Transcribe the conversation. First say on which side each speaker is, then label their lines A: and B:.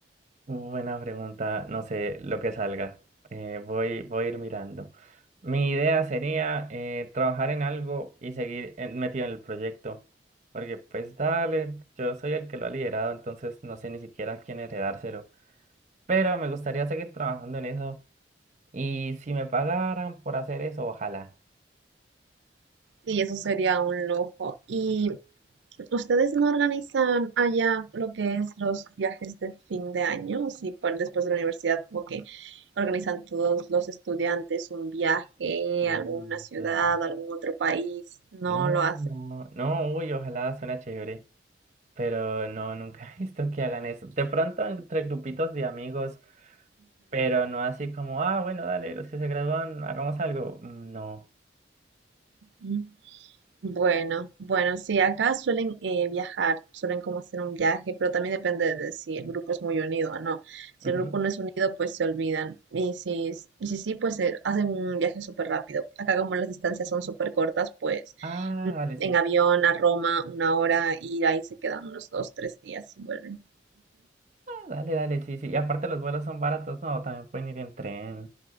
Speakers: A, on the right (about 40°); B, on the right (about 80°).
A: Buena pregunta, no sé, lo que salga. Eh, voy, voy a ir mirando. Mi idea sería eh, trabajar en algo y seguir en- metido en el proyecto. Porque pues dale, yo soy el que lo ha liderado, entonces no sé ni siquiera a quién heredárselo. Pero me gustaría seguir trabajando en eso. Y si me pagaran por hacer eso, ojalá.
B: Sí, eso sería un lujo. ¿Y ustedes no organizan allá lo que es los viajes de fin de año? Sí, por- después de la universidad, como que organizan todos los estudiantes un viaje
A: Uy,
B: a alguna ciudad,
A: dale.
B: a algún otro país. No
A: No,
B: lo hacen.
A: no, no, uy, ojalá suena chévere. Pero no, nunca <laughs> he visto que hagan eso. De pronto entre grupitos de amigos. Pero no así como, ah, bueno, dale, los que se gradúan, hagamos algo. Mm, No.
B: Ujú. Bueno, bueno, sí, acá suelen eh, viajar, suelen como hacer un viaje, pero también depende de si el grupo es muy unido o no. Si
A: Ujú.
B: el grupo no es unido, pues se olvidan. Y si, s- y si sí, pues eh, hacen un viaje súper rápido. Acá como las distancias son súper cortas, pues
A: Ah,
B: mm,
A: dale,
B: en
A: sí.
B: avión a Roma una hora y ahí se quedan unos dos, tres días y vuelven.
A: Ah, dale, dale, sí, sí. Y aparte los vuelos son baratos, no, también pueden ir en tren.